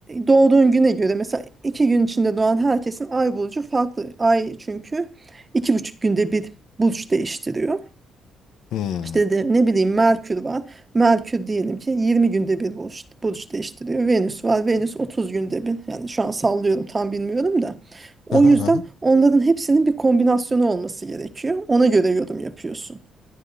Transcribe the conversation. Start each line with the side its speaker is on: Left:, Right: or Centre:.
Right: doğduğun güne göre mesela iki gün içinde doğan herkesin ay burcu farklı. Ay çünkü iki buçuk günde bir burç değiştiriyor.
Left: Hmm.
Right: İşte de,
Left: <laughs>
Right: ne bileyim Merkür var. Merkür diyelim ki 20 günde bir burç, burç değiştiriyor. Venüs var. Venüs 30 günde bir. Yani şu an sallıyorum tam bilmiyorum da. O
Left: Hı hı
Right: yüzden
Left: hı.
Right: onların hepsinin bir kombinasyonu olması gerekiyor. Ona göre yorum yapıyorsun.